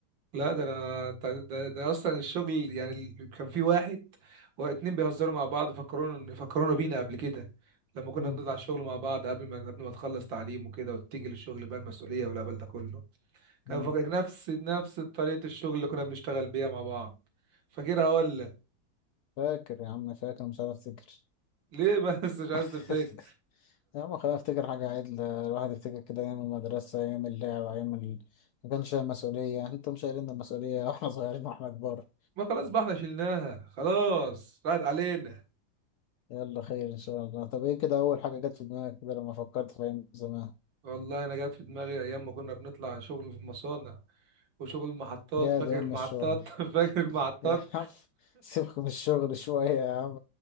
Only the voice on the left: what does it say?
مم.
مم.
فاكر يا عم فاكر مش عارف افتكر
<laughs>
يا عم خلينا افتكر حاجة عدلة الواحد يفتكر كده أيام المدرسة أيام اللعب أيام ال... ما كانش شايل مسؤولية انتوا مش شايلين المسؤولية <laughs> واحنا صغيرين واحنا كبار
يلا خير إن شاء الله طب ايه كده أول حاجة جت في دماغك كده لما فكرت في أيام زمان
يا
دي أم
الشغل
يا عم سيبك من الشغل شوية يا عم